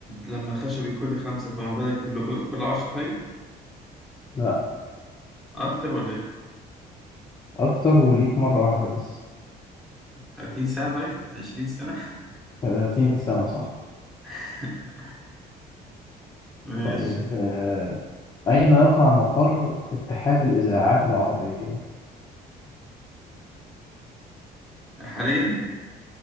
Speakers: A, in the centre; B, on the left.
A: لما الخشبي كل خمسة فما بالك بال- كل عشرة طيب
B: لا
A: أكتر ولا إيه؟
B: أكتر وليك مرة واحدة بس
A: 30 ساعة طيب 20 سنة
B: 30 سنة صح
A: <laughs> ماشي
B: طيب آه، أين يقع مقر اتحاد الإذاعات العربية؟
A: حاليا